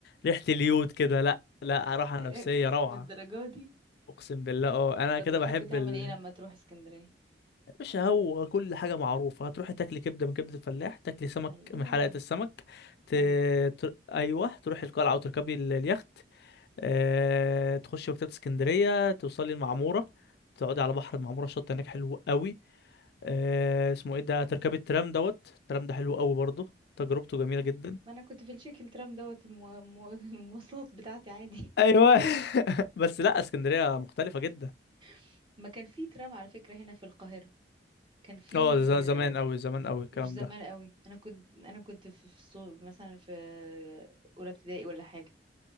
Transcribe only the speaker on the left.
ريحه اليود كده لا لا راحه
نفسيه روعه
اقسم بالله اه انا
كده
بحب
ال...
مش هو كل حاجه معروفه هتروحي تاكلي كبده من كبده الفلاح تاكلي سمك
من حلقه السمك ت...
تر... ايوه تروحي القلعه وتركبي ال- اليخت أه... تخشي مكتبه اسكندريه توصلي المعموره تقعدي على بحر المعموره الشط هناك حلو قوي آه اسمه ايه ده تركبي الترام دوت الترام ده حلو قوي برضه تجربته جميلة جدا
ايوه <laughs> بس لا اسكندرية مختلفة جدا
اه ده ز-
زمان قوي زمان قوي الكلام
ده